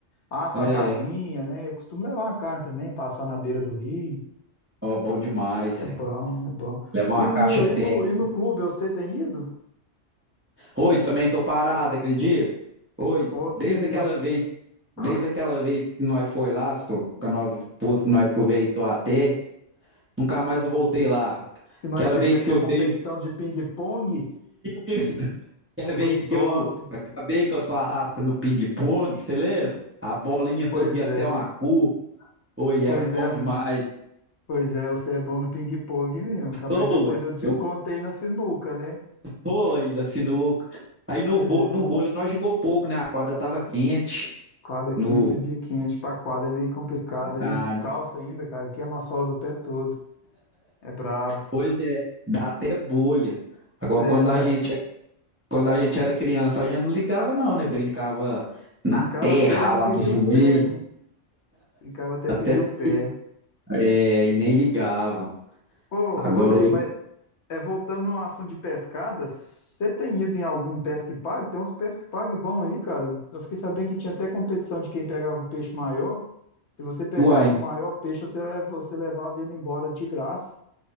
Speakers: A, on the left (about 70°); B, on the right (about 15°).
A: assa
B: É,
A: uma carninha, né? Eu costumo levar uma carne também, passar na beira do rio.
B: ó, bom demais,
A: É
B: hein?
A: bom, é bom.
B: Levar
A: E
B: uma
A: no,
B: caixa
A: e no,
B: térmica.
A: e no clube, você tem ido?
B: Oi, também tô parado, acredito? Oi,
A: Oh,
B: desde
A: que isso.
B: aquela vez. Desde
A: <clears throat>
B: aquela vez que nós foi lá, só, com a nossa esposa, que nós aproveitou até, nunca mais eu voltei lá.
A: E nós
B: Aquela
A: fez
B: vez
A: aqui
B: que
A: a
B: eu
A: competição
B: dei. o-
A: de ping-pong,
B: Isso! Aquela
A: foi
B: vez
A: top.
B: que eu acabei com a sua raça no ping-pong, você lembra? A bolinha
A: Pois
B: fazia até
A: é,
B: uma curva. Oi, era
A: pois
B: bom
A: é,
B: demais.
A: pois é, você é bom no ping-pong mesmo, cara, mas
B: Ô,
A: depois
B: ué,
A: eu descontei
B: eu
A: na sinuca, né?
B: fui na sinuca. Aí no,
A: É.
B: vô- no vôlei nós jogou pouco, né? A quadra tava quente.
A: Quadra quente,
B: No,
A: o dia quente. Pra quadra é meio complicado. A
B: ah,
A: gente calça ainda, cara. Queima a sola do pé todo. É brabo.
B: pois é, dá até bolha. Agora,
A: É,
B: quando
A: mas
B: a gente Quando a gente era criança, a gente não ligava, não, né? Brincava na
A: brincava
B: terra,
A: até
B: ralava
A: ferir
B: o joelho,
A: o pé, né? Brincava até
B: até,
A: ferir o pé.
B: é, e nem ligava.
A: Ô,
B: Agora,
A: ô Rodrigo,
B: hoje,
A: mas é, voltando no assunto de pescada, você tem ido em algum pesque pague? Tem uns pesque pague bom aí, cara. Eu fiquei sabendo que tinha até competição de quem pegava o peixe maior. Se você pegasse
B: uai,
A: o maior peixe, você, leva, você levava ele embora de graça.